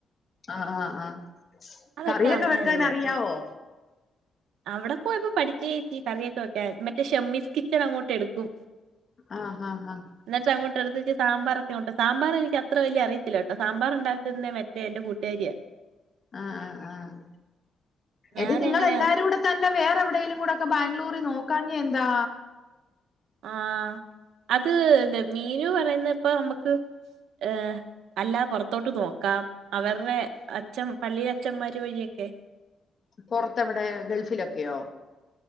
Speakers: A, on the left; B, on the right.
A: ആഹ് ആഹ് ആഹ്
B: അതൊക്കെ
A: കറിയൊക്കെ
B: അമ്മ
A: വെക്കാൻ
B: അങ്ങ് നോക്കോളും
A: അറിയാവോ
B: അവിടെ പോയപ്പോ പഠിച്ചേച് കറിയൊക്കെ വെക്കാൻ മറ്റേ ഷെമ്മിസ് കിച്ചൺ അങ്ങോട്ട് എടുക്കും
A: ആഹ് ആഹ് ആഹ്
B: എന്നിട്ട് അങ്ങോട്ട്ടുത്ത് സാമ്പാർ ഒക്കെ ഉണ്ടാക്കും സാമ്പാർ എനിക്ക് അത്ര വലിയ അറയില്ല കേട്ടോ സാമ്പാർണ്ടാക്കുന്നേ മറ്റേ എന്റെ കൂട്ടുകാരിയാ
A: ആഹ് ആഹ് ആഹ്
B: ഞാൻ
A: എടി നിങ്ങൾ
B: അങ്ങനെ
A: എല്ലാരൂടെ തന്നെ വേറെ എവിടെകൂടെ ഒക്കെ ബാംഗ്ലൂരിൽ നോക്കാഞ്ഞത് എന്താ
B: ആ അത് എന്താ മീനു പറയുന്നത് ഇപ്പൊ നമ്മക്ക് ഏഹ് അല്ല പുറത്തോട്ട് നോ ക്കാം അവരുടെ അച്ഛൻ പള്ളി അഛന്മാര് വഴിയൊക്കെ
A: പുറത്തു എവിടെ ഗൾഫിലൊക്കെയോ